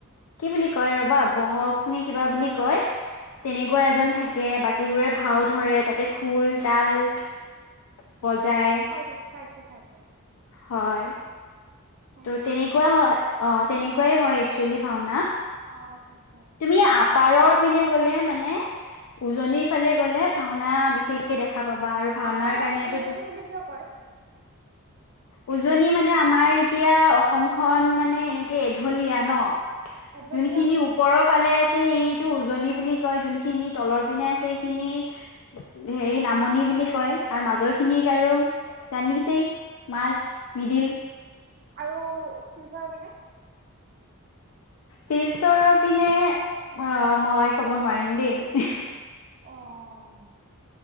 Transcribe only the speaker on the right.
চাইছো চাইছো চাইছো
চাইছো
অঁ', চাইছোঁ।
আপাৰক
উজনি বুলি কিয় কয়?
এঢলীয়া
মানে
অ শিলচৰ যাবি নে
অঁ,